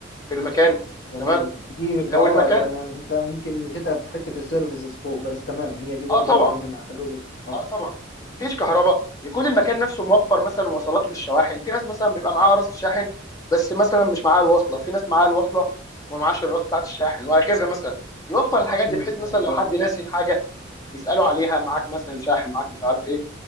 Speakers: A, on the left; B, on the left.
A: في المكان
B: جميل
A: تمام
B: دي
A: لو
B: اه
A: المكان
B: ده أنا انت يمكن نسيتها في حته السيرفيسز فوق بس تمام هي دي برضو
A: اه طبعا
B: جزء منها حلو جدا اه
A: اه طبعا مفيش كهرباء يكون المكان نفسه موفر مثلا وصلات للشواحن في ناس مثلا بيبقى معاها راس الشاحن بس مثلا مش معاها الوصله في ناس معاها الوصله ومعاش الراس بتاعت الشاحن وهكذا مثلا يوفر الحاجات
B: امم
A: دي بحيث مثلا
B: فهمت
A: لو
B: قصدك
A: حد ناسي حاجه يسالوا عليها معاك مثلا شاحن معاك مش عارف ايه